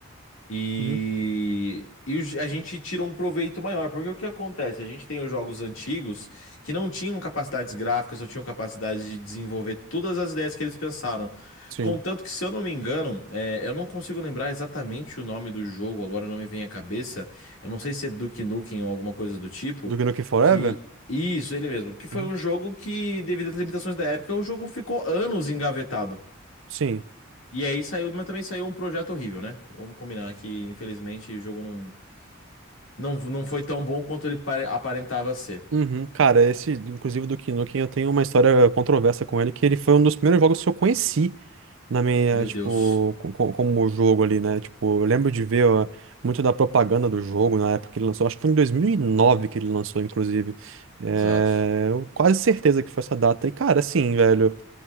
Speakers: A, on the left; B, on the right.
A: E,
B: uhum,
A: e os- a gente tira um proveito maior, porque o que acontece? A gente tem os jogos antigos que não tinham capacidades gráficas, não tinham capacidade de desenvolver todas as ideias que eles pensaram.
B: sim.
A: Contanto que, se eu não me engano, é, eu não consigo lembrar exatamente o nome do jogo, agora não me vem à cabeça. Eu não sei se é Duke Nukem ou alguma coisa do tipo,
B: Do Gnuken Forever?
A: que. Isso, ele mesmo. Que foi
B: Uhum,
A: um jogo que, devido às limitações da época, o jogo ficou anos engavetado.
B: sim.
A: E aí saiu, mas também saiu um projeto horrível, né? Vamos combinar que, infelizmente, o jogo não, não, não foi tão bom quanto ele pare- aparentava ser.
B: Uhum. Cara, esse, inclusive, do Gnuken, eu tenho uma história controversa com ele, que ele foi um dos primeiros jogos que eu conheci. na minha,
A: Meu
B: tipo,
A: Deus.
B: co- co- como o jogo ali, né? Tipo, eu lembro de ver ó, muito da propaganda do jogo na época que ele lançou. Acho que foi em 2009 que ele lançou, inclusive. É,
A: Exato.
B: eu quase certeza que foi essa data. E, cara, assim, velho,